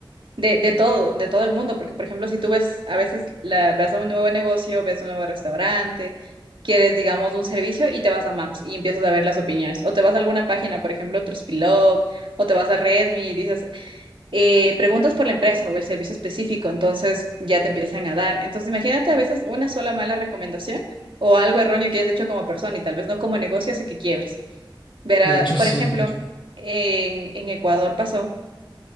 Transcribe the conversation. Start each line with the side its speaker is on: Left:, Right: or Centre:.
Right: de todo, de todo el mundo, porque por ejemplo, si tú ves, a veces la, ves a un nuevo negocio, ves un nuevo restaurante, quieres, digamos, un servicio y te vas a Maps y empiezas a ver las opiniones, o te vas a alguna página, por ejemplo, Trustpilot, o te vas a Redmi y dices, eh, preguntas por la empresa o el servicio específico, entonces ya te empiezan a dar. Entonces, imagínate a veces una sola mala recomendación o algo erróneo que hayas hecho como persona y tal vez no como negocio hace que quiebres. Verá,
Left: De hecho, sí.
Right: por ejemplo, en, en Ecuador pasó